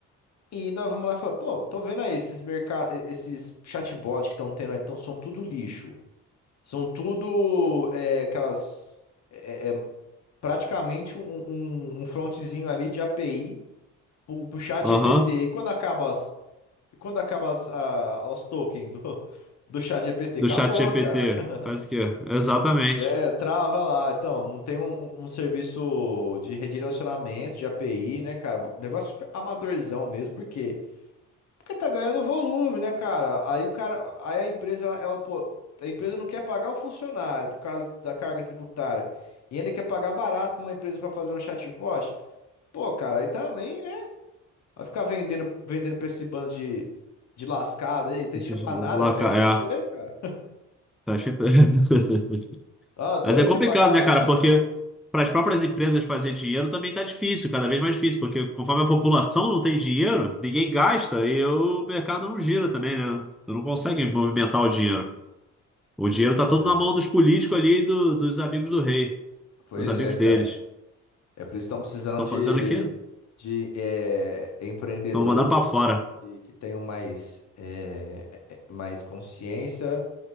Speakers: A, on the left; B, in the centre.
A: E nós vamos lá e falamos, tô, tô vendo aí esses mercados, esses chatbots que estão tendo aí, tão- são tudo lixo. São tudo é, aquelas. É, é praticamente um, um, um frontzinho ali de API pro, pro chat
B: Aham.
A: GPT. E quando acaba, as, quando acaba as, a- os tokens do, do chat GPT?
B: Do
A: Acabou,
B: chat GPT.
A: cara. <laughs>
B: Faz o quê? Exatamente.
A: É, trava lá. Então, não tem um, um- um serviço de redirecionamento de API, né, cara? Negócio super amadorzão mesmo, porque. Porque tá ganhando volume, né, cara? Aí o cara, aí a empresa, ela, ela, pô, a empresa não quer pagar o funcionário por causa da carga tributária. E ainda quer pagar barato pra uma empresa pra fazer um chatbot. Pô, cara, aí também, né? Vai ficar vendendo, vendendo pra esse bando de, de lascado aí, não tem
B: Esses
A: dinheiro pra nada,
B: laca-
A: fecha
B: É.
A: a empresa, cara.
B: Tá chip- <laughs>
A: Tá doido,
B: Mas é
A: não
B: complicado,
A: quer pagar
B: né,
A: nada.
B: cara? Porque
A: <laughs>
B: para as próprias empresas fazer dinheiro também tá difícil, cada vez mais difícil, porque conforme a população não tem dinheiro, ninguém gasta e o mercado não gira também, né? Tu não consegue movimentar o dinheiro. O dinheiro
A: Pois
B: tá todo
A: é,
B: na mão
A: cara.
B: dos políticos ali, e do, dos amigos do rei,
A: Pois
B: dos amigos
A: é, cara.
B: deles.
A: É por isso que estão precisando
B: Estão
A: de,
B: fazendo o quê?
A: de eh, empreendedores
B: Estão mandando para
A: assim,
B: fora.
A: que que tenham mais, eh, eh, mais consciência